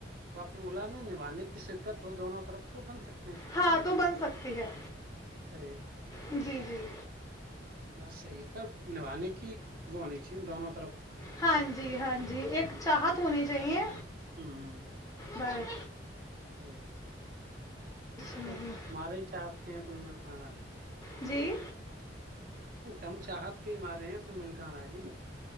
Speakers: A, on the right; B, on the left.
A: آپ نے بولا نا نبانے کی شدت تو دونوں طرف تو بن سکتی
B: ہاں تو بن سکتی ہے
A: صحیح ہے
B: جی جی
A: بس صحی ہے پر نبھانے کی وہ ہونی چاہی دونوں مطلب
B: ہاں جی ہاں جی ایک چاہت ہونی چاہیے
A: ہاں ہاں
B: بار
A: ہوں
B: نہیں
A: تو تمہارے ہی چاہت کے ہیں کوئی ملکاں رہا
B: جی
A: ہم چاہت کے ہی مارے ہیں کوئی مل کہاں رہا جی